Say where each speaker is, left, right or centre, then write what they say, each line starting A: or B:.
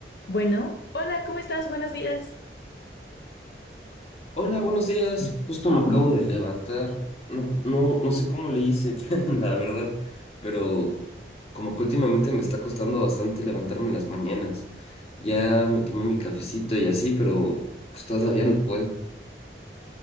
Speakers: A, on the left; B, on the left.
A: Bueno, hola, ¿cómo estás? Buenos días.
B: Hola, buenos días. Justo me acabo de levantar. No, no, no sé cómo le hice, <laughs> la verdad, pero como que últimamente me está costando bastante levantarme en las mañanas. Ya me tomé mi cafecito y así, pero pues todavía no puedo.